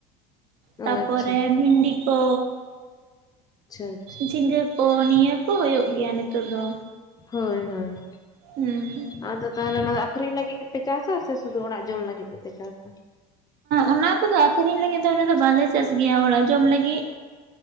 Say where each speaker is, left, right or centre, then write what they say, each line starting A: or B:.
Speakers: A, on the left (about 20°); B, on the right (about 65°).
A: ᱚ
B: ᱛᱟᱯᱚᱨᱮ
A: ᱟᱪᱪᱷᱟ
B: ᱵᱷᱤᱱᱰᱤ ᱠᱚᱻ
A: ᱟᱪᱪᱷᱟ ᱟᱪᱪᱷᱟ
B: ᱡᱷᱤᱸᱜᱟᱹ ᱠᱚ ᱱᱤᱭᱟᱹ ᱠᱚ ᱦᱩᱭᱩᱜ ᱜᱮᱭᱟ ᱱᱤᱛᱳᱜ ᱫᱚ᱾
A: ᱦᱳᱭ ᱦᱳᱭ᱾
B: ᱦᱩᱸ
A: ᱟᱫᱚ ᱛᱟᱦᱚᱞᱮ ᱚᱱᱟ ᱫᱚ ᱟᱠᱷᱨᱤᱧ ᱞᱟᱹᱜᱤᱫ ᱜᱮᱯᱮ ᱪᱟᱥᱥᱟᱹ ᱥᱮ ᱥᱩᱫᱷᱩ ᱚᱲᱟᱜ ᱡᱚᱢ ᱞᱟᱹᱜᱤᱫ ᱜᱮᱯᱮ ᱪᱟᱥᱥᱟᱹ?
B: ᱚᱱᱟ ᱠᱚᱫᱚ ᱟᱠᱷᱨᱤᱧ ᱞᱟᱹᱜᱤᱫ ᱫᱚ ᱚᱱᱟ ᱫᱚ ᱵᱟᱞᱮ ᱪᱟᱥ ᱜᱮᱭᱟ ᱚᱲᱟᱜ ᱡᱚᱢ ᱞᱟᱹᱜᱤᱫ᱾